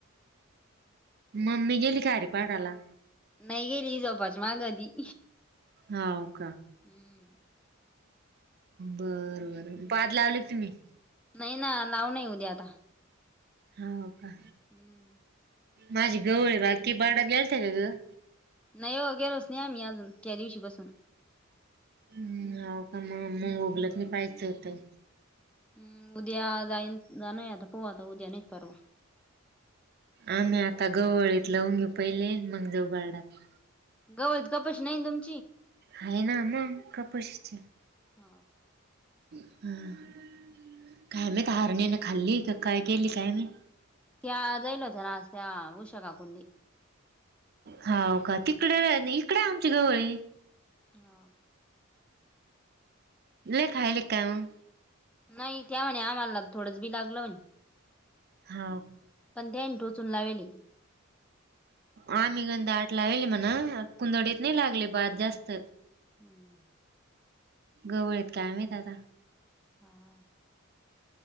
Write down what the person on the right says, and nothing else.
मम्मी गेली खारीपाडाला
हा
बरं बरं पाड लावले तुम्ही?
हो का.
माझी गवू आहे बाकी <unintelligible> गेलंत का गं?
हा हो का मग, मग उगलत की पाहायचं होतं.
आम्ही आता गवळीत लावून घेऊ पहिले, मग जाऊ बारडात.
हाये ना मगं कपशीची
हम. काय माहित हारिणी ने खाल्ली का काय केली, काय माहित.
हाव का तिकडं, इकडं हाय आमची गवळी.
ल‌य खायलेत काय मगं?
हा.
आम्ही गंध आट लावली म्हणा, कुंदडीत नाही लागली भात जास्त
गवळेत कायमाहित आता